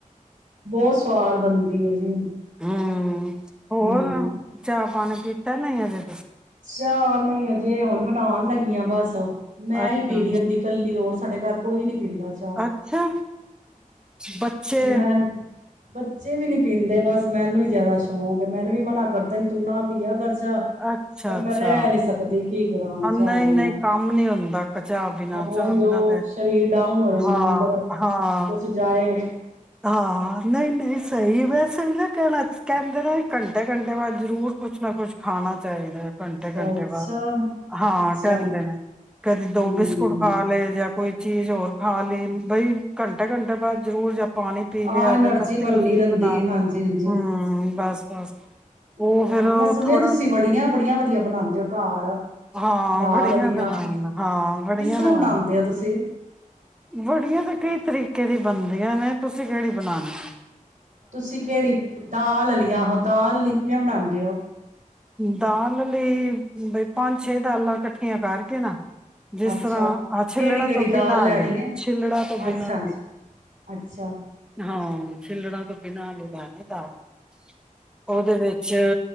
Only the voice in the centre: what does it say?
ਹਮ
ਹੋਰ ਚਾਹ ਪਾਣੀ ਚਾ ਤਾਂ ਨਹੀਂ ਹਜੇ
ਅੱਛਾ
ਅੱਛਾ ਬੱਚੇ
ਅੱਛਾ
ਅੱਛਾ
ਨਹੀਂ
ਨਹੀਂ ਕੰਮ ਨੀ ਹੁੰਦਾ ਚਾਹ ਬਿਨਾਂ
ਚਾਹ ਬਿਨਾਂ
ਹਾਂ
ਹਾਂ
ਹਾਂ, ਨਹੀਂ, ਨਹੀਂ ਸਹੀ ਵੈਸੇ ਵੀ ਨਾ ਕ ਕਹਿੰਦੇ ਨੇ ਘੰਟੇ- ਘੰਟੇ ਬਾਅਦ ਜ਼ਰੂਰ ਕੁਛ ਨਾ ਕੁਛ ਖਾਣਾ ਚਾਹੀਦਾ। ਘੰਟੇ
ਘੰਟੇ ਬਾਅਦ ਹਾਂ
ਕਹਿੰਦੇ ਨੇ ਕਦੀ ਦੋ
ਬਿਸਕੁਟ ਖਾ ਲਏ ਜਾਂ ਕੋਈ ਚੀਜ਼ ਹੋਰ ਖਾ ਲਈ ਬਈ ਘੰਟੇ ਘੰਟੇ ਬਾਅਦ ਜਰੂਰ ਜਾ ਪਾਣੀ ਪੀ ਲਿਆ
ਜਾ ਲੱਸੀ
ਲੁੱਸੀ
ਬਣਾ
ਹੂੰ ਬਸ ਬਸ, ਉਹ
ਫੇਰ ਉਹ
ਥੋੜਾ
ਹਾਂ
ਬੜੀਆਂ
ਦਵਾ ਹਾਂ ਬੜੀਆਂ
ਦਵਾ
<unintelligible> ਵੜੀਆਂ ਤਾਂ ਕਈ ਤਰੀਕੇ ਦੀ ਬਣਦੀਆਂ ਨੇ ਤੁਸੀਂ ਕਿਹੜੀ ਬਨਾਉਣੇ ਹੋ।
ਦਾਲ ਆਲੀ ਬਈ ਪੰਜ ਛੇ ਦਾਲਾਂ ਇਕੱਠੀਆਂ ਕਰਕੇ ਨਾ ਜਿਸ
ਤਰ੍ਹਾਂ ਆਹ ਛਿੱਲੜਾ
ਤੋਂ
ਬਿਨਾਂ
ਦੇ
ਛਿੱਲੜਾ ਤੋਂ ਬਿਨਾਂ
ਦੇ,
ਹਾਂ। ਛਿੱਲੜਾਂ ਤੋਂ ਬਿਨਾਂ ਲੈਣੀ ਆ ਦਾਲ ਉਹਦੇ ਵਿੱਚ